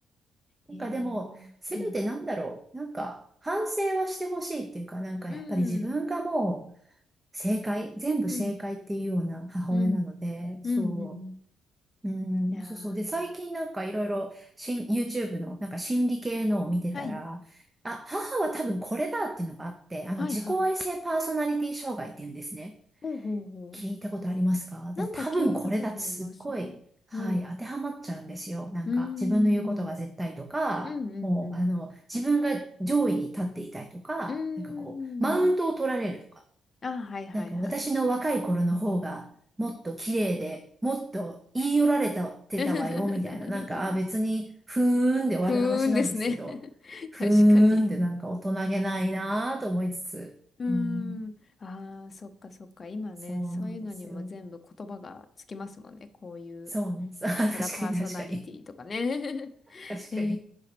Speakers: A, on the right (about 15°); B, on the left (about 30°).
A: なんかでも、
B: へえ。う
A: せめてなんだろう。
B: ん。
A: なんか、反省はしてほしいっていうか、なんかやっぱり自分がもう、
B: うん。
A: 正解、全部正解っていうような母親なので、
B: うん。うん。うん。
A: そ
B: うん
A: う、うん、
B: いやー。
A: そうそう。で、最近なんかいろいろ、しん YouTube のなんか心理系のを見てたら、
B: はい。
A: あ、母は多分これだっていうのがあって、あの、
B: はいはい。
A: 自己愛性パーソナリティ障害っていうんですね。
B: ほうほうほう。
A: 聞いたことありますかで、
B: なんか聞いたことありますね。
A: 多分これだってすっごい、はい、
B: はい。
A: 当てはまっちゃうんですよ。なんか、
B: うーん。
A: 自分の言うことが絶対とか、
B: うんうんう
A: もう、あの、自分が上位に立っていたいとか、
B: ん。
A: なんかこう、マウントを取られるとか。
B: うーん。あ、はいはいはい。
A: なんか私の若い頃の方がもっと綺麗で、もっと言い寄られたってたわよ、
B: <laughs>
A: みたいな。なんか、あ、別に、ふーんで終わる話なんですけど、
B: ふーんですね。<laughs>
A: ふーんってなんか大人げないなぁと思いつつ、
B: 確かにうーん。
A: うん、
B: ああ、そっかそっか。今ね、
A: そうなんですよ。
B: そういうのにも全部言葉がつきますもんね。こういう、
A: そうなんです。
B: なんちゃらパーソナリティとかね。
A: <laughs> あ、確かに確かに。
B: <laughs>
A: 確かに。
B: え